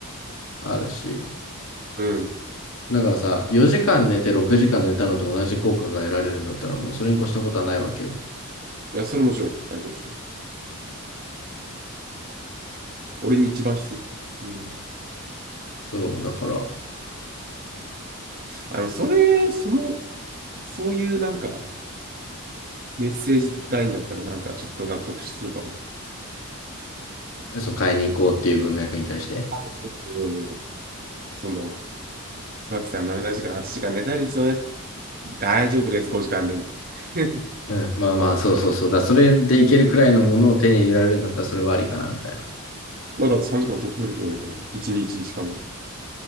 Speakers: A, on the left (about 65°); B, on the right (about 40°).
A: あるし。
B: うん。
A: だからさ、4時間寝て6時間寝たのと同じ効果が得られるんだったらもうそれに越したことはないわけよ。
B: いや、それもちろん最高ですよ。俺に一番必要。うん。
A: そう、だから、
B: あの、それ、そのそういうなんかメッセージラインだったらなんかちょっと納得するかも。
A: そう、買いに行こうっていう文脈に対して。
B: そうそうそうその、椿さん7時間、8時間寝たいですよね。大丈夫です、5時間で、みたいな。
A: うん、まあまあ、そうそうそうだ。それでいけるくらいのものを手に入れられるんだったらそれはありかな、みたいな。
B: <laughs> まあだって3時間得するとこでしょ、みたいな。1日しかも。